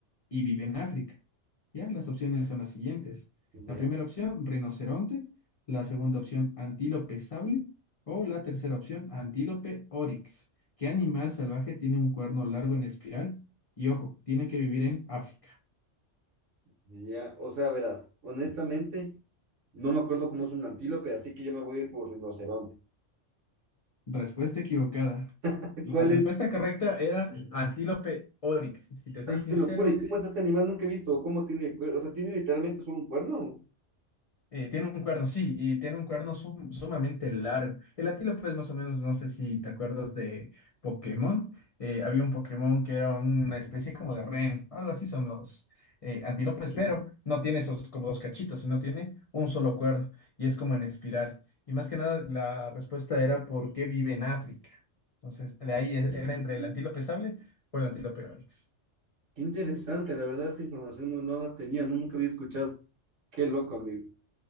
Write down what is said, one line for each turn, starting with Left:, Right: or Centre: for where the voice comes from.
Left: y vive en África? Ya, las opciones son las siguientes.
Right: Ya,
Left: La primera opción, rinoceronte. La segunda opción, antílope sable. O la tercera opción, antílope oryx. ¿Qué animal salvaje tiene un cuerno largo en espiral? Y ojo, tiene que vivir en África.
Right: ya, o sea, verás, honestamente, no me acuerdo cómo es un antílope, así que yo me voy a ir por rinoceronte.
Left: Respuesta equivocada.
Right: <laughs>
Left: La
Right: ¿Cuál
Left: respuesta
Right: es?
Left: correcta era antílope oryx. Si te soy
Right: Ah,
Left: sincero,
Right: qué locura, ¿y cómo es este animal? Nunca he visto, ¿O ¿cómo tiene el cuerno? O sea, ¿tiene literalmente solo un cuerno?
Left: Eh, tiene un cuerno, sí, y tiene un cuerno sum- sumamente largo. El antílope es más o menos, no sé si te acuerdas de Pokémon. Eh, había un Pokémon que era una especie como de ren, algo así son los eh, antílopes, pero no tiene esos como dos cachitos, sino tiene un solo cuerno y es como en espiral. Y más que nada, la respuesta era por qué vive en África. Entonces, de
Right: Mm,
Left: ahí es- era entre el antílope sable o el antílope oryx.
Right: Qué interesante, la verdad, esa información no, no la tenía, no, nunca había escuchado. Qué loco, amigo.